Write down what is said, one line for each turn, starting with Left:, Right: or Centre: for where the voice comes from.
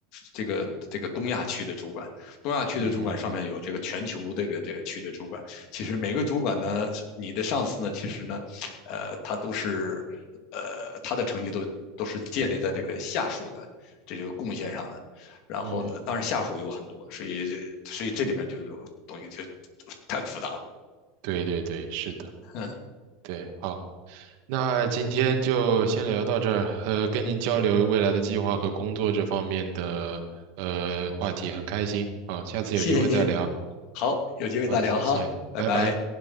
Left: 这个这个东亚区的主管，东亚区的主管上面有这个全球这个这个区的主管。
Right: 嗯
Left: 其实每个主管呢，你的上司呢，其实呢，呃，他都是呃，他的成绩都都是建立在这个下属的这这个贡献上的。然后呢，
Right: 嗯，
Left: 当然下属有很多，所以这所以这里面就有东西就太复杂了。
Right: 对对对，是的，
Left: 嗯，
Right: 对，好。那今天就先聊到这儿，呃，跟您交流未来的计划和工作这方面的呃话题，很开心。好，下次有机会再聊。
Left: 谢谢您，好，有机会再聊哈，
Right: 好，谢谢，
Left: 拜拜。
Right: 拜拜。